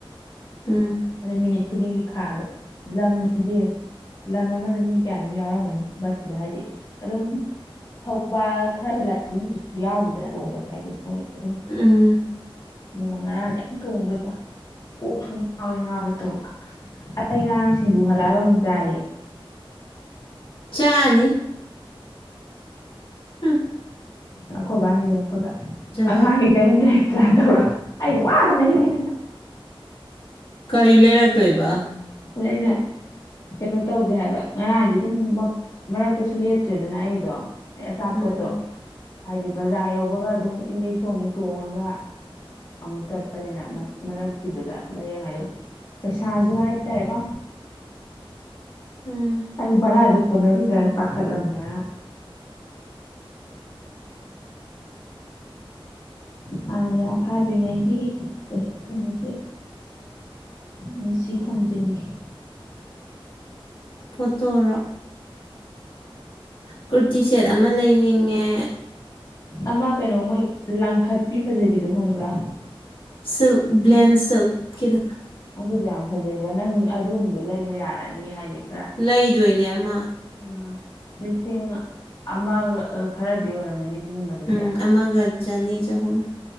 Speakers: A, on the left (about 65°); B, on the left (about 40°).
A: ꯎꯝ
B: ꯑꯗꯩ ꯃꯤꯅꯤꯠ ꯈꯨꯗꯤꯡꯒꯤ ꯈꯥꯕ ꯂꯝꯗꯤꯦ ꯂꯝ ꯑꯃꯗ ꯃꯤ ꯀꯌꯥꯅꯣꯝ ꯌꯥꯎꯔꯝꯒꯅꯤ ꯕꯁꯇꯨꯗ ꯍꯥꯏꯗꯤ ꯑꯗꯨꯝ ꯊꯧꯕꯥꯜ ꯈꯔ ꯍꯂꯗꯤ ꯃꯤ ꯀꯁꯨ ꯌꯥꯎꯗꯦꯗꯅ ꯇꯣꯡꯕꯁꯦ ꯍꯥꯏꯗꯤ ꯃꯣꯏ ꯑꯗꯨꯝ
A: ꯎꯝ
B: ꯑꯗꯨꯒ ꯉꯔꯥꯡꯗꯤ ꯌꯥꯝ ꯇꯣꯡꯕꯩꯀꯣ ꯀꯣꯛꯁꯨ ꯉꯥꯎꯋꯦ ꯉꯥꯎꯔꯦ ꯇꯧꯕ ꯑꯩꯇꯩ ꯉꯔꯥꯡ ꯁꯤꯡꯖꯨ ꯍꯜꯂꯛꯑꯒ ꯑꯃꯨꯛ ꯆꯥꯏꯌꯦ
A: ꯆꯥꯅꯤ ꯍꯝ
B: ꯑꯩꯈꯣꯏꯕꯥꯅ ꯌꯧꯔꯛꯄꯒ ꯑꯉꯥꯡꯒꯤ
A: ꯁꯥꯏ
B: ꯀꯔꯤꯝꯇ ꯇꯧꯔ ꯑꯩ ꯋꯥ ꯂꯩꯗ
A: ꯀꯔꯤ ꯂꯩꯔꯛꯇꯣꯏꯕ
B: ꯂꯩꯗ ꯀꯩꯅꯣ ꯇꯧꯗꯦ ꯍꯥꯏꯕ ꯉꯔꯥꯡꯗꯤ ꯑꯗꯨꯝ ꯃꯔꯛꯇꯁꯨ ꯂꯦꯞꯇ꯭ꯔꯦꯗꯅ ꯑꯩꯗꯣ ꯑꯩ ꯑꯆꯥꯄꯣꯠꯇꯣ
A: ꯎꯝ
B: ꯍꯥꯏꯗꯤ ꯕꯖꯥꯔ ꯌꯧꯕꯒ ꯑꯗꯨꯝ ꯏꯦꯛꯁꯨ ꯑꯃꯨꯛ ꯇꯣꯡꯉꯒ ꯑꯃꯨꯛ ꯀꯠꯄꯅꯤꯅ ꯃꯔꯛꯀꯤꯗꯨꯗ ꯂꯩꯔꯉꯩꯗ ꯄꯩꯁꯥꯁꯨ ꯍꯥꯏ ꯑꯒ
A: ꯎꯝ
B: ꯑꯩꯄꯔ ꯑꯗꯨꯗ ꯗ ꯇꯅ ꯄꯥꯈꯠ ꯂꯕꯅꯦ ꯍꯥꯟꯅ ꯌꯥ ꯐꯥꯗ꯭ꯔꯤꯉꯩꯒꯤ ꯀꯩꯅꯣꯁꯤ ꯎꯝ ꯁꯤ ꯊꯝꯖꯅꯤꯡꯒꯦ
A: ꯐꯠꯇꯣꯔꯥ ꯀꯨꯔꯇꯤ ꯁꯦꯠ ꯑꯃ ꯂꯩꯅꯤꯡꯉꯦ
B: ꯑꯃ ꯀꯩꯅꯣ ꯃꯣꯏ ꯂꯥꯡꯈꯠꯄꯤ ꯐꯖꯕꯤꯗꯣ ꯍꯪꯕ꯭ꯔꯥ
A: ꯁꯤꯜ ꯕ꯭ꯂꯦꯟ ꯁꯤꯜ ꯀꯗ
B: ꯑꯗꯨꯁꯨ ꯌꯥꯝ ꯐꯖꯩꯑꯕ ꯅꯪ ꯑꯗꯨꯒꯨꯝꯕꯗꯣ ꯂꯩꯕ ꯌꯥꯔꯅꯤ ꯍꯥꯏꯗꯤ ꯈꯔ
A: ꯂꯩꯗꯣꯏꯅꯦ ꯑꯃ
B: ꯎꯝ ꯂꯤꯁꯤꯡ ꯑꯃꯒ ꯈꯔꯗꯤ ꯑꯣꯏꯔꯝꯃꯅꯤ ꯑꯗꯨꯒꯨꯝꯕꯗꯨꯗꯤ
A: ꯎꯝ ꯑꯃꯒ ꯆꯅꯤ ꯆꯍꯨꯝ